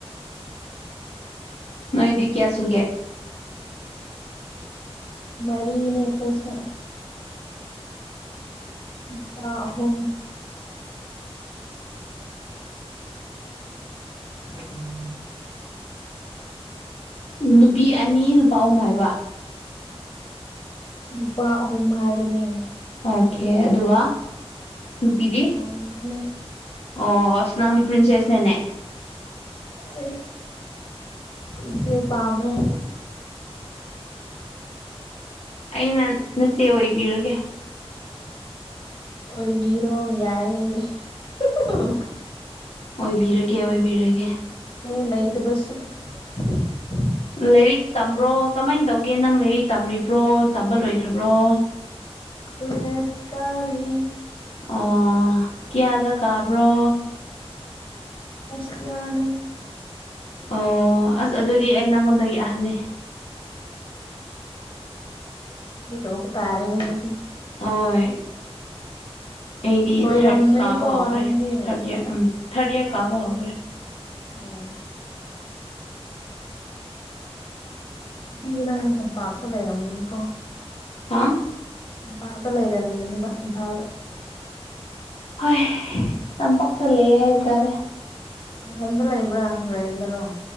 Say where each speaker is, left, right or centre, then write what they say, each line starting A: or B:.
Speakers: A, on the left; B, on the left.
A: ꯅꯣꯏꯗꯤ ꯀꯌꯥ ꯁꯨꯒꯦ
B: ꯃꯔꯤꯅꯦ ꯈꯣꯏꯁꯨ ꯅꯨꯄꯥ ꯑꯍꯨꯝ
A: ꯎꯝ ꯅꯨꯄꯤ ꯑꯅꯤ ꯅꯨꯄꯥ ꯑꯍꯨꯝ ꯍꯥꯏꯕ
B: ꯅꯨꯄꯥ ꯑꯍꯨꯝ ꯍꯥꯏꯕꯅꯦ
A: ꯑꯣꯈꯦ ꯑꯗꯨꯒ ꯅꯨꯄꯤꯗꯤ
B: ꯏꯇꯣꯝꯇꯅꯦ
A: ꯑꯣ ꯑꯁ ꯅꯪꯗꯤ ꯄ꯭ꯔꯤꯟꯁꯦꯁꯅꯤꯅꯦ
B: ꯑꯩꯁ ꯏꯆꯦ ꯄꯥꯝꯃꯦ
A: ꯑꯩꯅ ꯅꯆꯦ ꯑꯣꯏꯕꯤꯔꯒꯦ
B: ꯑꯣꯏꯕꯤꯔꯣ ꯌꯥꯏꯌꯦ <unintelligible>
A: ꯑꯣꯏꯕꯤꯔꯒꯦ ꯑꯣꯏꯕꯤꯔꯒꯦ
B: ꯑꯦ ꯂꯩꯩꯇꯕꯁꯨ <unintelligible>
A: ꯂꯥꯏꯔꯤꯛ ꯇꯝꯕ꯭ꯔꯣ ꯀꯃꯥꯏꯟ ꯇꯧ ꯒꯦ ꯅꯪ ꯂꯥꯏꯔꯤꯛ ꯇꯝꯔꯤꯕ꯭ꯔꯣ ꯇꯝꯕ ꯂꯣꯏꯈ꯭ꯔꯕ꯭ꯔꯣ
B: ꯀꯣꯂꯦꯖ ꯀꯥꯔꯤ
A: ꯑꯣ ꯀꯤꯌꯥꯗ ꯀꯥꯕ꯭ꯔꯣ
B: ꯐꯥꯔꯁ ꯏꯌ꯭ꯔꯅꯦ
A: ꯑꯣ ꯑꯁ ꯑꯗꯨꯗꯤ ꯑꯩ ꯅꯪꯉꯣꯟꯗꯒꯤ ꯑꯍꯟꯅꯦ
B: ꯏꯆꯦ ꯀꯧꯕ ꯇꯥꯔꯦꯅꯦ ꯑꯗꯨꯗꯤ
A: ꯍꯣꯏ ꯑꯩꯗꯤ
B: ꯂꯣꯏꯔꯝꯗꯅꯤꯀꯣ
A: ꯊꯥꯔꯠ ꯀꯥꯕ ꯍꯧꯈ꯭ꯔꯦ
B: ꯅꯪꯗꯤ
A: ꯊꯥꯔꯠ ꯏꯌꯔ ꯎꯝ ꯊꯥꯔꯗ ꯏꯌ꯭ꯔ ꯀꯥꯕꯥ ꯍꯧꯒ꯭ꯔꯦ
B: ꯑꯣ ꯗꯤ ꯅꯪ ꯇꯝꯄꯥꯛꯇ ꯂꯩꯔꯝꯒꯅꯤꯀꯣ
A: ꯍꯥꯥ
B: ꯇꯝꯄꯥꯛꯇ ꯂꯩꯔꯝꯒꯅꯤꯕ ꯏꯝꯐꯥꯜꯗ
A: ꯍꯣꯏ ꯇꯝꯄꯥꯛꯇ ꯂꯩ ꯍꯥꯏꯕ ꯇꯥꯔꯦ
B: ꯃꯊꯟꯗ ꯂꯩꯕ꯭ꯔꯥ ꯔꯦꯟ ꯗꯔꯣ